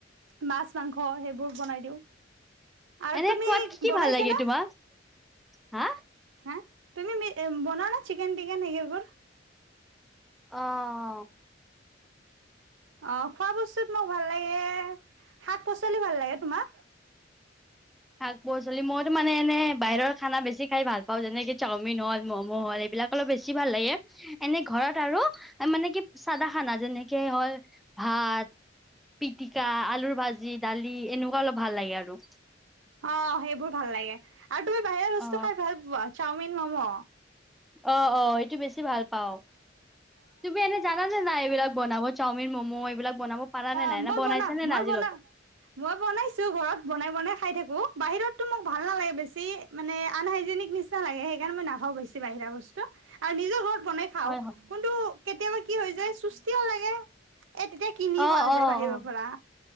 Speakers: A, on the right; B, in the centre.
A: মাছ মাংস সেইবোৰ বনাই দিওঁ আৰু
B: এনে
A: তুমি
B: খোৱাত কি কি
A: বনাইছা
B: ভাল লাগে
A: না
B: তোমাক হা
A: হা তুমি বনোৱা ন চিকেন বিৰিয়ানব
B: অ
A: অ খোৱা বস্তুত মোক ভাল লাগে শাক পাচলি ভাল লাগে তোমাৰ
B: শাক -পাচলি মইতো মানে এনে বাহিৰৰ খানা বেছি খাই ভাল পাওঁ যেনেকে চাওমিন, হল ম'ম', হল এইবিলাক অলপ বেছি ভাল লাগে এনে ঘৰত আৰু মানে কি চাদা খানা যেনেকে হল ভাত পি কা আলুৰ ভাজি দালি এনেকুৱা অলপ ভাল লাগে আৰু
A: অ সেইবোৰ ভাল লাগে আ তমি বাহিৰ আছ
B: অ
A: হা ঘাই চাওমিন, মম',
B: অ অ এইটো বেছি। বেছি ভাল পাওঁ তুমি এনে জানা নে নাই এইবিলাক বনাব। চাওমিন ম'মো এইবিলাক। বনাব পাৰা নে
A: আহ
B: নাই না
A: মই
B: বনাইছা
A: বনাও
B: নে নাই
A: মই
B: আজিলৈকে
A: বনাও মই বনাইছোঁ ঘৰত বনাই বনাই খাই থাকোঁ। বাহিৰতটো মোক ভাল নালাগে বেছি মানে আনহাইজেনিক নিচিনা লাগে সেইকাৰণে মই নাখাওঁ বেছি বাহিৰা বস্তু আৰু নিজৰ ঘৰত। বনাই খাওঁ
B: হয় হয়
A: কোনটো কেতিয়াবা কি হৈ যায় চুষ্টিও লাগে এ তেতিয়া কিনি
B: অ
A: খোৱা যায়
B: অ
A: বাহিৰৰ
B: অ
A: পৰা।